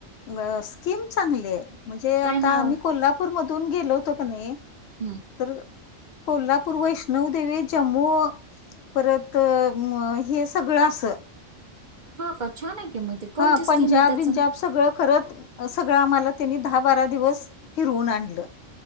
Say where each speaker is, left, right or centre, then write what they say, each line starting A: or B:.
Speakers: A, on the left; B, on the right.
A: अ स्कीम चांगली आहे, म्हणजे
B: काय
A: आता
B: नाव
A: आम्ही
B: आहे
A: कोल्हा पूर मधून गेलो होतो क नाही.
B: हूं!
A: तर कोल्हापूर वैष्णव देवी जम्मू परत म हे सगळं असं.
B: हा का छान आहे ते म ते. कोणती
A: हा
B: स्कीम
A: पंजाब
B: आहे त्याचं
A: बिंजाब
B: हं
A: सगळं करत अ सगळं आम्हाला त्यांनी दहा बारा दिवस, फिरवून आणलं.